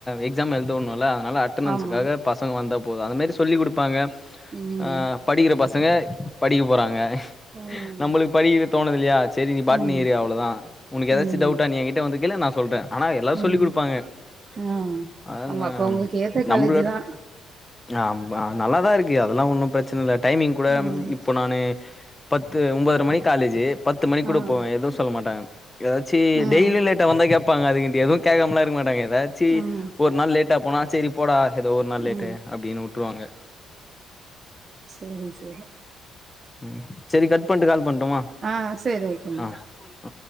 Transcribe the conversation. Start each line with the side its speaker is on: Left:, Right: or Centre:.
Left: எக்ஸாம் எழுத வுடணும்ல அதனால அட்டெண்டன்ஸுக்காக
Right: ஆமா
Left: பசங்க வந்தா போதும் அந்தமாரி சொல்லி குடுப்பாங்க
Right: ம்
Left: ஆ படிக்கிற பசங்க படிக்க போறாங்க
Right: ம்
Left: நம்மளுக்கு படிக்கதோணுது இல்லியா சரி நீ பாட்னி
Right: ம்
Left: இரு அவ்வளோவு தான் உனக்கு ஏதாச்சும்
Right: ம்
Left: டவுடா நீ ஏன் கிட்ட வந்து கேளு நான்சொ சொல்றேன் ஆனா எல்லாம் சொல்லிக்
Right: ம்
Left: கொடுப்பாங்க
Right: ஆ
Left: அத
Right: அவங்க அப்ப உங்களுக்கு ஏத்த
Left: நம்மளோட
Right: காலேஜ் தா
Left: ஆமா நல்லாதான் இருக்கு அதெல்லாம் ஒன்னும் பிரச்சன இல்ல டைமிங் கூட
Right: ம்
Left: இப்ப நானு பத்து ஒன்பதர மணிக்கு காலேஜ் பத்து மணி
Right: ம்
Left: கூட போவேன் எதுவும் சொல்ல மாட்டாங்க ஏதாச் சி
Right: ம்
Left: டெய்லியும் லேட்டா வந்தா கேப்பாங்க அதுக்குன்ட்டு எதுவும் கேக்காமலா இருக்க மாட்டாங்க ஏதாச்சி
Right: ம்
Left: ஒரு நாள் லேட்டா போனா செரி போடா ஏதோ ஒரு நாள் லேட்டு
Right: ம்
Left: அப்டின்னு உட்ருவாங்க
Right: செரி செரி
Left: ம் செரி கட் பண்ட்டு கால் பண்ட்டுமா
Right: ஆ சரி ஓகேம்மா
Left: ஆ ஆ